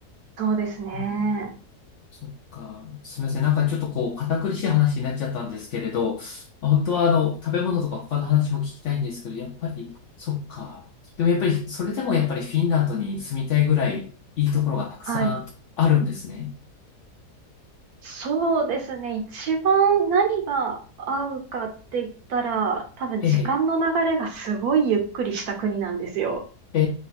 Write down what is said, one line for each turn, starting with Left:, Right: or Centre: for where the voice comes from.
Right: そうですね。
Left: うんそっか。すみません。なんかちょっとこう、堅苦しい話になっちゃったんですけれど、本当はあの、食べ物とか他の話も聞きたいんですけど、やっぱり、そっか。でもやっぱり、それでもやっぱりフィンランドに住みたいぐらいいいところがたくさんあるんですね。
Right: はい。そうですね。一番何が合うかって言ったら、多分時間の流れがすごいゆっくりした国なんですよ。
Left: ええ、え